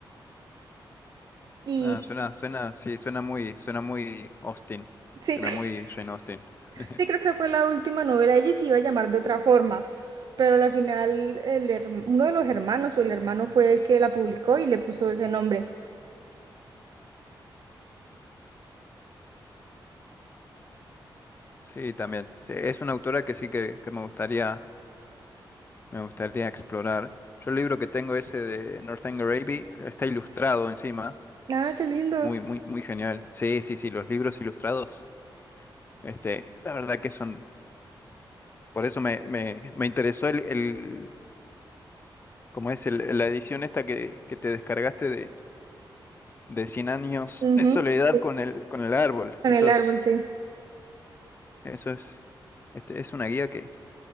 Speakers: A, on the right; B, on the left.
A: Y
B: Ah, suena, suena, sí, suena muy, suena muy Austin,
A: sí,
B: suena muy Jane Austen. <laughs>
A: Sí, creo que esa fue la última novela. Ella se iba a llamar de otra forma, pero al final el herm- uno de los hermanos o el hermano fue el que la publicó y le puso ese nombre.
B: Sí, también. Sí, es una autora que sí que, que me gustaría, me gustaría explorar. Yo el libro que tengo ese de Northanger Abbey está ilustrado encima,
A: Ah, qué lindo.
B: muy, muy, muy genial. Sí, sí, sí, los libros ilustrados. Este, la verdad que son, por eso me, me, me interesó el, el, ¿cómo es? El- la edición esta que, que te descargaste de, de cien años
A: Ujú,
B: de soledad
A: sí,
B: con el, con el árbol.
A: Con
B: Eso
A: el árbol,
B: es,
A: sí.
B: eso es, este, es una guía que,